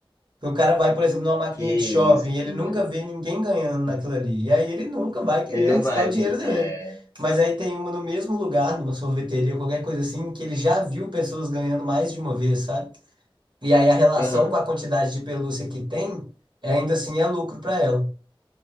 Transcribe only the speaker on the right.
Porque o cara vai, por exemplo, numa maquininha
de shopping
e ele
nunca vê ninguém ganhando naquilo ali. E aí ele nunca vai querer
arriscar
o dinheiro
dele.
Mas aí tem uma no mesmo lugar, numa sorveteria, ou qualquer coisa assim, que ele já viu pessoas ganhando mais de uma vez, sabe? E aí a relação
com a quantidade de pelúcia que tem, ainda assim é lucro pra ela.